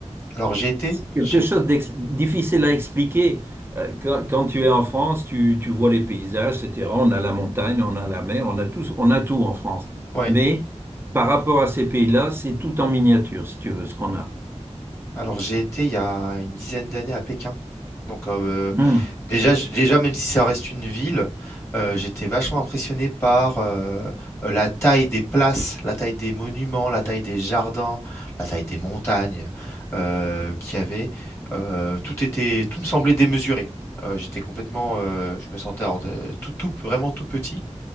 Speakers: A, on the left (about 20°); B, on the right (about 20°).
A: Alors j'ai été,
B: C'est quelque
A: j'ai, f-
B: chose de difficile à expliquer. Euh, Quand, quand tu es en France, tu, tu vois les paysages, etc. On a la montagne, on a la mer, on a tout, on a tout en France.
A: ouais.
B: Mais par rapport à ces pays-là, c'est tout en miniature, si tu veux, ce qu'on a.
A: Alors j'ai été il y a une dizaine d'années à Pékin. Donc euh,
B: Hmm.
A: déjà, j- déjà, même si ça reste une ville, euh, j'étais vachement impressionné par euh, la taille des places, la taille des monuments, la taille des jardins, la taille des montagnes euh, qu'il y avait. Euh, tout était, tout me semblait démesuré. Euh, j'étais complètement, euh, je me sentais hors de- tout, tout, vraiment tout petit.